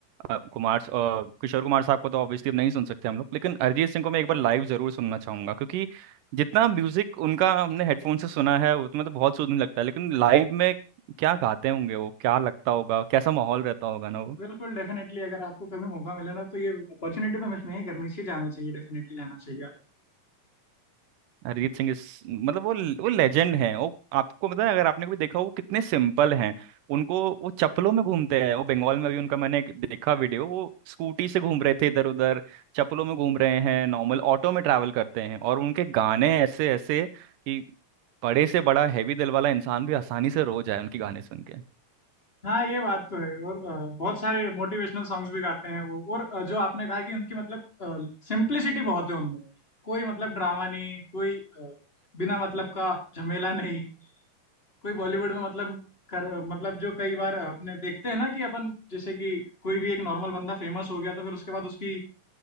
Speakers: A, on the right (about 75°); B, on the left (about 15°).
A: अ, कुमार स- अ, किशोर कुमार साहब को तो ऑब्वियसली अब नहीं सुन सकते हम लोग लेकिन अरिजीत सिंह को मैं एक बार लाइव जरूर सुनना चाहूंगा क्योंकि जितना म्यूजिक उनका हमने हेडफोन से सुना है उसमें तो बहुत सुकून लगता है लेकिन लाइव में क्या गाते होंगे वो क्या लगता होगा कैसा माहौल रहता होगा ना वो
B: बिल्कुल डेफिनेटली अगर आपको कभी मौका मिले ना तो ये अपॉर्चुनिटी तो मिस नहीं करनी चाहिए जाना चाहिए डेफिनेटली जाना चाहिए आप
A: अरिजीत सिंह इस मतलब वो वो लेजेंड हैं वो आपको पता है अगर आपने कभी देखा हो वो कितने सिंपल हैं उनको वो चप्पलों में घूमते हैं वो बंगाल में भी उनका मैंने एक देखा वीडियो वो स्कूटी से घूम रहे थे इधर उधर चप्पलों में घूम रहे हैं नॉर्मल ऑटो में ट्रैवल करते हैं और उनके गाने ऐसे ऐसे कि बड़े से बड़ा हैवी दिल वाला इंसान भी आसानी से रो जाए उनके गाने सुन के
B: हाँ ये बात तो है और अ, बहुत सारे मोटिवेशनल सॉन्ग्स भी गाते हैं वो और अ, जो आपने कहा कि उनकी मतलब सिंप्लिसिटी बहुत है उनमें कोई मतलब ड्रामा नहीं कोई अ, बिना मतलब का झमेला नहीं कोई बॉलीवुड में मतलब कर मतलब जो कई बार अपने देखते हैं ना कि अपन जैसे कि कोई भी एक नॉर्मल बंदा फेमस हो गया तो फिर उसके बाद उसकी